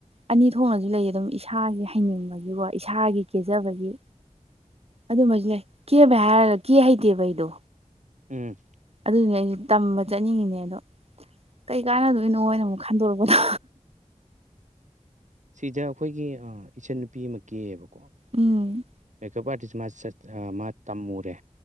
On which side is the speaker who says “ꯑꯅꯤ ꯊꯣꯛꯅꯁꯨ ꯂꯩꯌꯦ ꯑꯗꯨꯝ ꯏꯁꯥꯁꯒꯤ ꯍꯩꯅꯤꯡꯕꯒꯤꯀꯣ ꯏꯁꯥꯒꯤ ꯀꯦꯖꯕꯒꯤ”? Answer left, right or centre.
Right